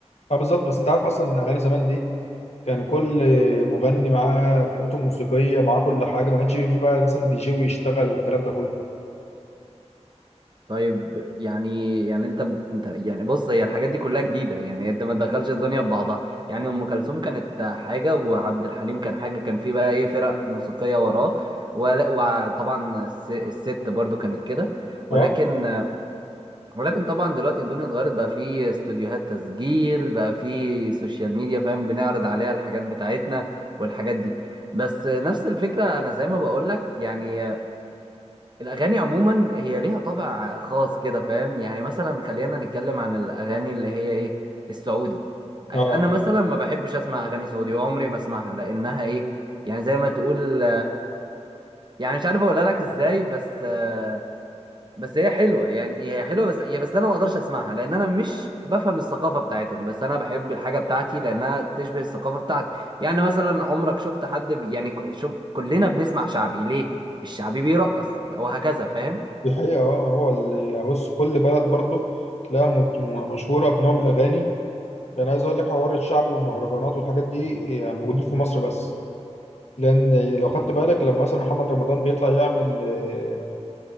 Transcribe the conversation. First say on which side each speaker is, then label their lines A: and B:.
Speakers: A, on the left; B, on the right.
A: اه بالظبط بس انت عارف اصلا ان اغاني زمان دي كان كل مغني معاه فرقته الموسيقيه معاه كل حاجه ما كانش في بقى مثلا دي جي ويشتغل والكلام ده كله
B: طيب يعني يعني انت ب... انت يعني بص هي الحاجات دي كلها جديده يعني انت ما تدخلش الدنيا في بعضها يعني ام كلثوم كانت حاجه وعبد الحليم كان حاجه كان في بقى ايه فرق موسيقيه وراه ولا- وطبعا الس... الست برضو كانت كده ولكن
A: اه
B: ولكن طبعا دلوقتي الدنيا اتغيرت بقى في استوديوهات تسجيل بقى في سوشيال ميديا فاهم بنعرض عليها الحاجات بتاعتنا والحاجات دي بس نفس الفكره انا زي ما بقول لك يعني الأغاني عموما هي ليها طابع خاص كده فاهم يعني مثلا خلينا نتكلم عن الأغاني اللي هي إيه السعودي أنا
A: اه
B: مثلا ما بحبش أسمع أغاني سعودي وعمري ما أسمعها لأنها إيه يعني زي ما تقول يعني مش عارف أقولها لك إزاي بس آه، بس هي حلوة يعني هي حلوة بس هي بس أنا ما أقدرش أسمعها لأن أنا مش بفهم الثقافة بتاعتهم بس أنا بحب الحاجة بتاعتي لأنها بتشبه الثقافة بتاعتي يعني مثلا عمرك شفت حد بي- يعني ك- شوف كلنا بنسمع شعبي ليه الشعبي بيرقص وهكذا فاهم
A: دي حقيقه اه هو اللي يعني بص كل بلد برضه تلاقيها مت- م- مشهوره بنوع من الاغاني يعني عايز اقول لك حوار الشعبي والمهرجانات والحاجات دي يعني موجود في مصر بس لان لو خدت بالك لما مثلا محمد رمضان بيطلع يعمل آه،